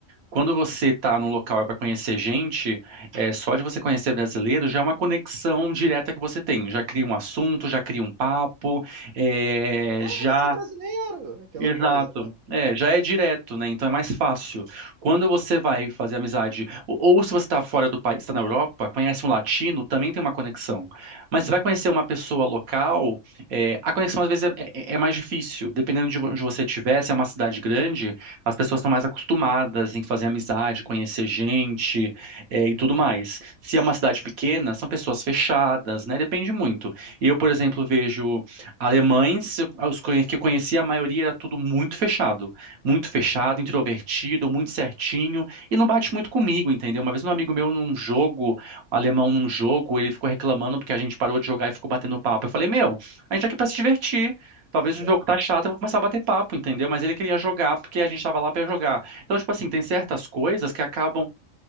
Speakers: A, on the right; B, on the right.
A: quando você está num local e vai conhecer gente, é, só de você conhecer brasileiro já é uma conexão direta que você tem. Já cria um assunto, já cria um papo, é,
B: Ah,
A: já
B: você é brasileiro, aquela
A: Exato.
B: coisa, né?
A: É, já é direto, né? Então é mais fácil. Quando você vai fazer amizade, ou, ou se você está fora do país, está na Europa, conhece um latino, também tem uma conexão. Mas você vai conhecer uma pessoa local, é, a conexão às vezes é, é- é mais difícil. Dependendo de onde você estiver, se é uma cidade grande, as pessoas estão mais acostumadas em fazer amizade, conhecer gente, é, e tudo
B: Sim,
A: mais. Se é uma cidade pequena, são pessoas fechadas, né? Depende muito. Eu, por exemplo, vejo. Alemães, eu- ah, os conhe- que eu conhecia, a maioria era tudo muito fechado. Muito fechado, introvertido, muito certinho. E não bate muito comigo, entendeu? Uma vez um amigo meu num jogo, um alemão num jogo, ele ficou reclamando porque a gente parou de jogar e ficou batendo papo. Eu falei, meu, a gente tá aqui pra se divertir. Talvez
B: exato.
A: o jogo tá chato, eu vou começar a bater papo, entendeu? Mas ele queria jogar porque a gente tava lá pra jogar. Então, tipo assim, tem certas coisas que acabam,